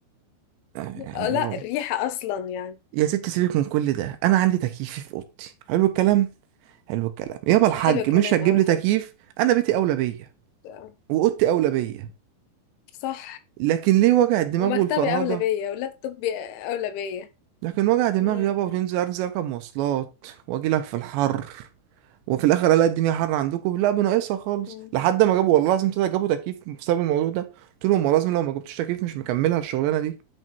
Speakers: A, on the right; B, on the left.
A: آه، يعني
B: آه، لا
A: لو
B: الريحه اصلا يعني
A: يا ستي سيبك من كل ده انا عندي تكييفي في اوضتي حلو الكلام حلو الكلام يابا الحاج
B: حلو الكلام
A: مش هتجيب
B: اه
A: لي
B: حلو
A: تكييف انا بيتي اولى بيا
B: آه،
A: واوضتي اولى بيا
B: صح
A: لكن ليه وجع الدماغ
B: ومكتبي
A: والفرهده
B: اولى بيا ولابتوبي اولى بيا
A: لكن وجع دماغ
B: أمم،
A: يابا
B: أمم،
A: وتنزل انزل اركب مواصلات واجي لك في الحر وفي الاخر الاقي الدنيا حر عندكم لا بناقصها خالص
B: أمم. أمم،
A: لحد ما جابوا والله لازم طلع جابوا تكييف بسبب الموضوع ده قلت لهم والله لازم لو ما جبتوش تكييف مش مكملها الشغلانه دي